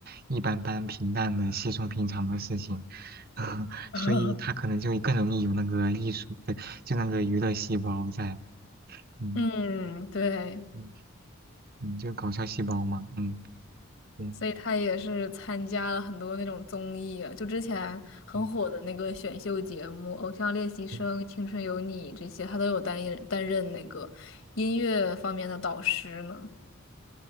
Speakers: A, on the right; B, on the left.
A: 一般般、平淡的、稀松平常的事情。<laughs>
B: <laughs>
A: 所以他可能就更容易有那个艺术的，就那个娱乐细胞在，嗯
B: 嗯，对。
A: 嗯嗯，就搞笑细胞嘛，嗯嗯
B: 所以他也是参加了很多那种综艺，啊，就之前很火的那个选秀节目《偶像练习生》《青春有你》这些，
A: 嗯嗯，
B: 他都有担任担任那个音乐方面的导师呢。